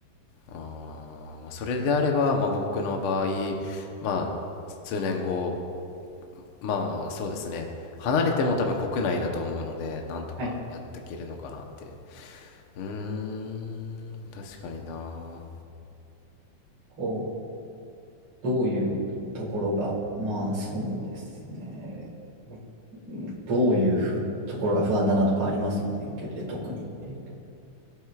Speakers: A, on the left; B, on the right.
A: あーまあ、それであれば、まあ、僕の場合、まあ、数年後、まあ、そうですね。離れても多分国内だと思うので、なんとかやっていけるのかなって。
B: はい。
A: うーん、確かにな。
B: こう、どういうところが、まあ、そうですね。うんどういうふ、ところが不安だなとかあります遠距離で特にっていうと。